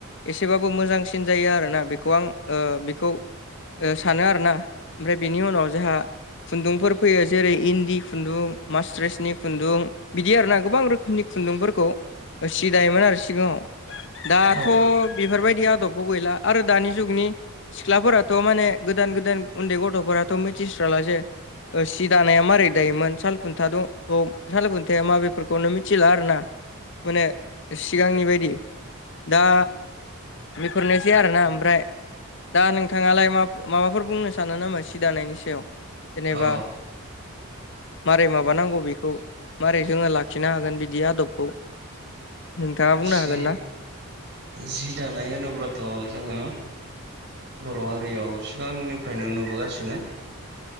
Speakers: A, on the left; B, on the right.
A: एसेबाबो मोजांसिन जायो आरोना बेखौ आं ओ बेखौ सानो आरोना ओमफ्राय बिनि उनाव जोंहा खुन्दुंफोर फैयो जेरै इन्दि खुन्दुं मास्ट्रेसनि खुन्दुं बिदि आर ना गोबां रोखोमनि खुन्दुंफोरखौ सि दायोमोन आरो सिगाङाव दाथ'
B: औ
A: बेफोरबायदि आदबबो गैला आरो दानि जुगनि सिख्लाफोराथ' माने गोदान गोदान उन्दै गथ'फोराथ' मिथिस्राला जे सि दानाया मारै दायोमोन साल खुन्था दंखौ साल खुन्थाया मा बेफोरखौनो मिथिला आरोना माने सिगांनि बायदि दा बेफोरनोसै आरोना ओमफ्राय दा नोंथाङालाय मा माबाफोर बुंनो सानो नामा सि दानायनि सायाव जेनेबा
B: अ
A: <inaudible> मारै माबानांगौ बेखौ मारै जोङो लाखिनो हागोन बिदि आदबखौ नोंथाङा बुंनो
B: सि
A: हागोन ना
B: जि दानाय होनोब्लाथ' जोङो बर' हारियाव सिगांनिफ्रायनो नुबोगासिनो